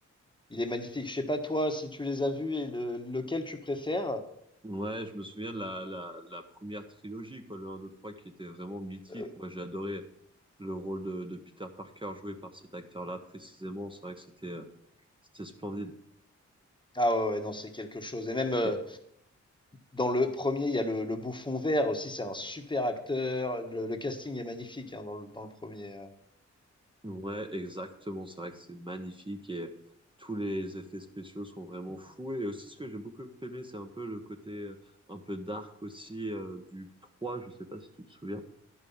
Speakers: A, on the left (about 15°); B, on the right (about 15°).
A: Il est magnifique. Je sais pas toi si tu les as vus et le- lequel tu préfères.
B: Ouais, je me souviens de la, la, la première trilogie, quoi, le 1, 2, 3, qui était vraiment mythique.
A: Euh,
B: Moi, j'ai adoré le rôle de, de Peter Parker joué par cet acteur-là précisément. C'est vrai que c'était euh, c'était splendide.
A: ah ouais, ouais, non, c'est quelque chose. Et même euh,
B: Et,
A: dans le premier, il y a le, le bouffon vert aussi. C'est un super acteur. Le, le casting est magnifique hein, dans le, dans le premier. euh.
B: Ouais, exactement. C'est vrai que c'est magnifique et tous les effets spéciaux sont vraiment fous. Et aussi, ce que j'ai beaucoup aimé, c'est un peu le côté euh, un peu dark aussi euh, du 3. Je sais pas si tu te souviens.